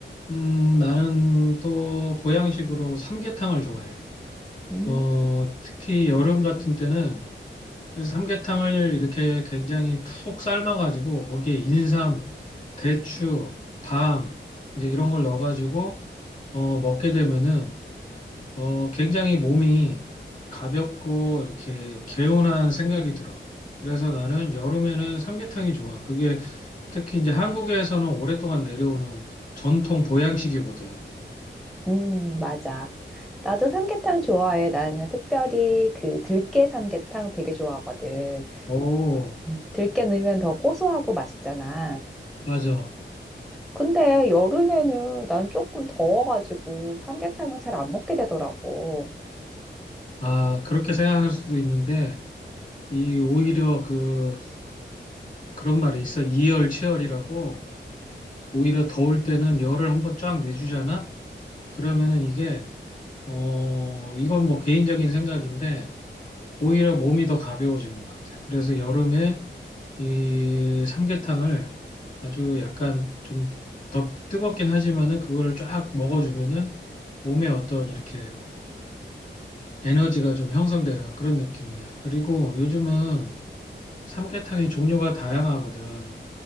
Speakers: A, on the left; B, in the centre.
A: 음, 나는 또 보양식으로 삼계탕을 좋아해.
B: 음,
A: 어, 특히 여름 같은 때는 그래서 삼계탕을 이렇게 굉장히 푹 삶아가지고 거기에 인삼, 대추, 밤, 이제 이런 걸 넣어가지고 어, 먹게 되면은 어, 굉장히 몸이 가볍고 이렇게 개운한 생각이 들어. 그래서 나는 여름에는 삼계탕이 좋아. 그게 특히 이제 한국에서는 오랫동안 내려오는 전통 보양식이거든.
B: 음, 맞아. 나도 삼계탕 좋아해. 나는 특별히 그 들깨 삼계탕 되게 좋아하거든.
A: 오,
B: 음. 들깨 넣으면 더 고소하고 맛있잖아.
A: 맞아.
B: 근데 여름에는 난 조금 더워가지고 삼계탕은 잘 안 먹게 되더라고.
A: 아, 그렇게 생각할 수도 있는데, 이 오히려 그, 그런 말이 있어. 이열치열이라고, 오히려 더울 때는 열을 한번 쫙 내주잖아? 그러면은 이게, 어, 이건 뭐 개인적인 생각인데, 오히려 몸이 더 가벼워지는 것 같아. 그래서 여름에 이 삼계탕을 아주 약간 좀 더 뜨겁긴 하지만은 그거를 쫙 먹어주면은 몸에 어떤 이렇게 에너지가 좀 형성되는 그런 느낌이야. 그리고 요즘은 삼계탕이 종류가 다양하거든.